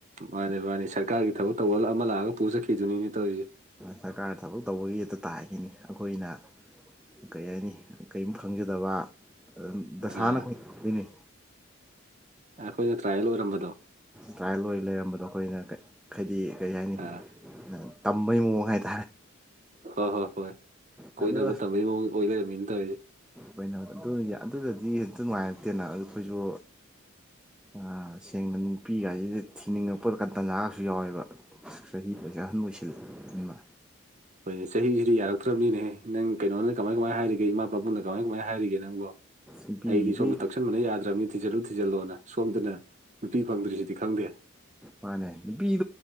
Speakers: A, on the right; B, in the centre.
A: ꯃꯥꯅꯤ ꯃꯥꯅꯦ ꯁꯔꯀꯥꯔꯒꯤ ꯊꯕꯛ ꯇꯧꯕ ꯑꯃ ꯂꯥꯛꯑꯒ ꯄꯨ ꯆꯈꯤꯕꯗꯨꯅꯤꯅꯦ ꯇꯧꯔꯤꯁꯦ
B: ꯁꯔꯀꯥꯔ ꯊꯕꯛ ꯇꯧꯕꯒꯤ ꯍꯦꯠꯇ ꯇꯥꯈꯤꯅꯤ ꯑꯩꯈꯣꯏꯅ ꯀꯩ ꯍꯥꯏꯅꯤ ꯀꯔꯤꯝ ꯈꯪꯖꯗꯕ ꯗꯁꯥꯅ
A: ꯑꯥ
B: ꯑꯈꫭꯏꯅ ꯗꯣꯏꯅꯦ
A: ꯑꯩꯈꯣꯏꯅ ꯇ꯭ꯔꯥꯌꯦꯜ ꯑꯣꯏꯔꯝꯕꯗꯣ
B: ꯇ꯭ꯔꯥꯌꯦꯜ ꯑꯣꯏ ꯂꯩꯔꯝꯕꯗꯣ ꯑꯩꯈꯣꯏꯅ ꯍꯥꯏꯗꯤ ꯀꯔꯤ ꯍꯥꯏꯅꯤ
A: ꯑꯥ
B: ꯇꯝꯕꯩ ꯃꯑꯣꯡ ꯍꯥꯏꯇꯥꯔꯦ
A: ꯍꯣꯏ ꯍꯣꯏ ꯍꯣꯏ ꯀꯣꯏꯅꯕ
B: ꯑꯗꯨ
A: ꯇꯝꯕꯩ ꯃꯑꯣꯡ ꯑꯣꯏ ꯂꯩꯔꯝꯃꯤꯅꯤ ꯇꯧꯔꯤꯁꯦ
B: ꯑꫭꯏ ꯑꯗꯨ ꯑꯗꯨꯗꯗꯤ ꯍꯦꯛꯇ ꯅꯨꯡꯉꯥꯏꯔꯛꯇꯦꯅ ꯑꯗꯨ ꯑꯩꯈꯣꯏꯁꯨ ꯑꯥ ꯁꯦꯡꯅ ꯅꯨꯄꯤꯒꯥꯏꯁꯤꯗ ꯊꯤꯅꯤꯡꯉꯛꯄꯗ ꯇꯟꯖꯥꯒꯁꯨ ꯌꯥꯎꯋꯦꯕ ꯆꯍꯤ ꯑꯣꯖꯥꯍꯟ ꯑꯣꯏꯁꯤꯜꯂꯦ <inaudible> ꯃ
A: ꯍꯣꯏ ꯆꯍꯤꯁꯤꯗꯤ ꯌꯥꯔꯛꯇ꯭ꯔꯕꯅꯤꯅꯦꯍꯦꯅꯪ ꯀꯩꯅꯣꯅ ꯀꯃꯥꯏ ꯀꯃꯥꯏꯅ ꯍꯥꯏꯔꯤꯒꯦ ꯏꯃꯥ ꯄꯥꯕꯨꯡꯅ ꯀꯃꯥꯏ ꯀꯃꯥꯏꯅ ꯍꯥꯏꯔꯤꯒꯦ ꯅꯪꯕꯣ
B: ꯅꯨꯄꯤꯒꯤꯗꯤ
A: ꯑꯩꯗꯤ ꯁꯣꯝꯗ ꯇꯛꯁꯟꯕꯅ ꯌꯥꯗ꯭ꯔꯕꯅꯤ ꯊꯤꯖꯤꯜꯂꯨ ꯊꯤꯖꯤꯜꯂꯣꯅ ꯁꯣꯝꯗꯅ ꯅꯨꯄꯤ ꯐꯪꯗ꯭ꯔꯤꯁꯤꯗꯤ ꯈꯪꯗꯦ
B: ꯃꯥꯅꯦ ꯅꯨꯄꯤ ꯏ